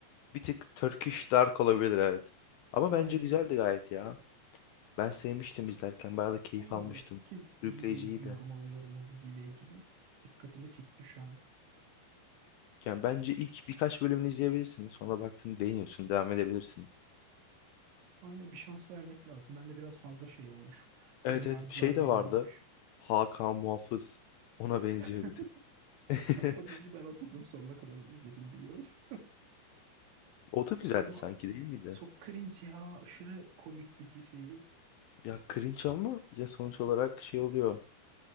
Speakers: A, on the left; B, on the right.
A: Bir tık Turkish Dark olabilir evet. Ama
B: Aynen.
A: bence güzeldi gayet ya. Ben sevmiştim izlerken. Bayağı da keyif
B: Allah
A: almıştım.
B: Allah ilk kez
A: Sürükleyiciydi
B: iyi bir yorum
A: de.
B: alıyorum o diziyle ilgili. Dikkatimi çekti şu an.
A: Yani bence ilk birkaç bölümünü izleyebilirsin. Sonra baktın beğeniyorsun. Devam edebilirsin.
B: Aynen bir şans vermek lazım. Ben de biraz fazla şey olmuş.
A: Evet
B: Ön yargılarla
A: evet bir şey de
B: ilerlemiş.
A: vardı. Hakan Muhafız. Ona benziyor
B: <laughs>
A: bir tık. <laughs>
B: O dizi ben oturdum sonuna kadar izledim biliyorsun.
A: O da güzeldi
B: Ama
A: sanki değil miydi?
B: çok cringe ya. Aşırı komik bir dizi.
A: Ya cringe ama ya sonuç olarak şey oluyor.